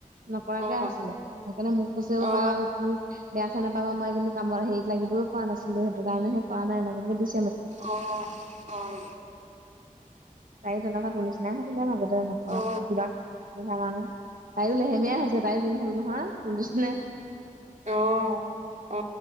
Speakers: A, on the right; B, on the right.
A: নকৰাকে
B: অ
A: আছিলে সেইকাৰণে মোক কৈছে অও
B: অ অ
A: বাৰ বেয়া সেয়া নাপাবা মই কিন্তুি কামত হেৰি লাগিবই পৰা নাছিলো সেইটো কাৰণে কৰা নাই ন
B: অহ অহ
A: তাই তেনেকোৱা টো নিচিনাই হৈছিলে মাজতে নকৰা
B: অ
A: কিবা অসুবিধা কাৰণে তাইয়ো লেহেমীয়া হৈছে তাইয়ো দিন হল নহয় তোৰ নিচিনা
B: অ অ